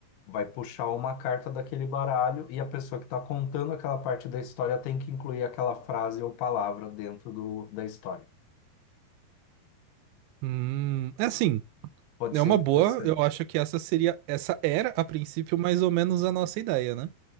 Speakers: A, on the left (about 80°); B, on the right (about 85°).
A: vai puxar uma carta daquele baralho e a pessoa que está contando aquela parte da história tem que incluir aquela frase ou palavra dentro do, da história.
B: Hum, é assim,
A: Pode
B: é
A: ser
B: uma
A: interessante.
B: boa. Eu acho que essa seria, essa era a princípio mais ou menos a nossa ideia, né?